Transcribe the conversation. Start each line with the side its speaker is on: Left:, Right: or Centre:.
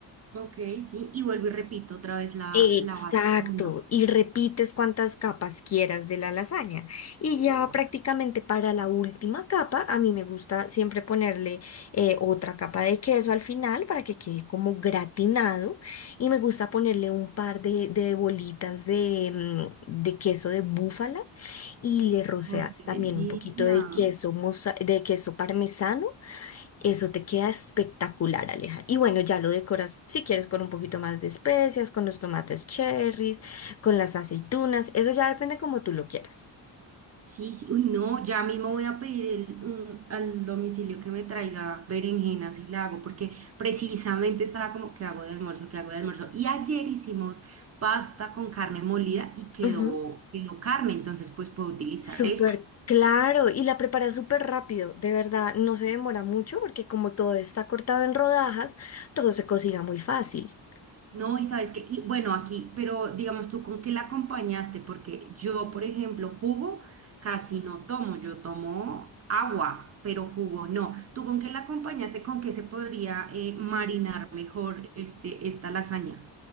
Right: ok, sí. Y vuelvo y repito otra vez la,
Left: Exacto,
Right: la base. Uno.
Left: y repites cuantas capas quieras de la lasaña. Y
Right: Oh,
Left: ya prácticamente para la última capa, a mí me gusta siempre ponerle eh, otra capa de queso al final para que quede como gratinado. Y me gusta ponerle un par de, de bolitas de, mm, de queso de búfala y le roceas
Right: oh, qué
Left: también
Right: delicia.
Left: un poquito de queso, moza- de queso parmesano eso te queda espectacular, Aleja. Y bueno, ya lo decoras si quieres con un poquito más de especias, con los tomates cherries, con las aceitunas. Eso ya depende como tú lo quieras.
Right: Sí, sí, uy, no, ya mismo voy a pedir el- un- al domicilio que me traiga berenjenas y la hago, porque precisamente estaba como, ¿qué hago de almuerzo? ¿Qué hago de almuerzo? Y ayer hicimos pasta con carne molida y quedó,
Left: Ujú.
Right: quedó carne, entonces pues puedo utilizar
Left: Súper
Right: esa.
Left: claro. Y la preparas súper rápido. De verdad, no se demora mucho porque como todo está cortado en rodajas, todo se cocina muy fácil.
Right: No, y sabes que, y bueno, aquí, pero digamos tú, ¿con qué la acompañaste? Porque yo, por ejemplo, jugo casi no tomo, yo tomo agua, pero jugo no. ¿Tú con qué la acompañaste? ¿Con qué se podría eh, marinar mejor este, esta lasaña?